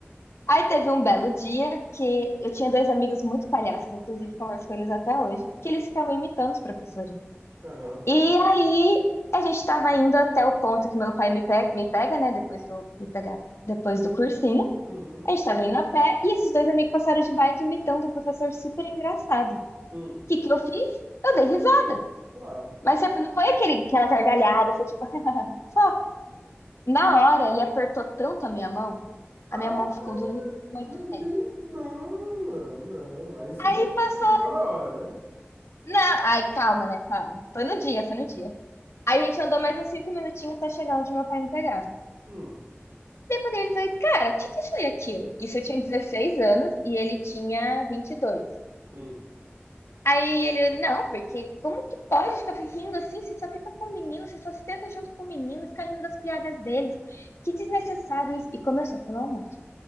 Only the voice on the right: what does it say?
Aham.
Uhum.
Hum.
Claro.
Ah,
mas
nem. Não, mano, não. Aí você
já
terminou na hora, né?
Hum,
hum.